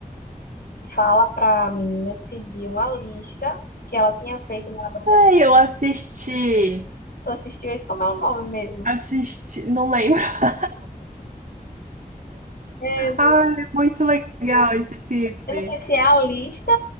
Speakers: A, on the left; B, on the right.
A: fala pra menina seguir uma lista que ela tinha feito na adolescência.
B: Aí eu assisti.
A: Tu assistiu esse? Como é o nome mesmo?
B: Assisti, não lembro. <laughs>
A: É,
B: Ah, é muito legal esse filme.
A: Eu não sei se é a lista.